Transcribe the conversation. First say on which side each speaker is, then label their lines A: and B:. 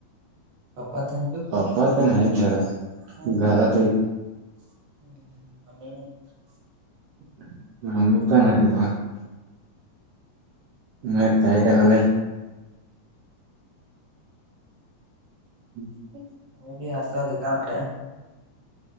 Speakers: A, on the right; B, on the right.
A: पप्पा तेन
B: पप्पा तेन हायत घरात, घरात आहेत.
A: <unintelligible>
B: <unintelligible> मग काय करालाय? हम्म.
A: मे बी असता दुकानकड.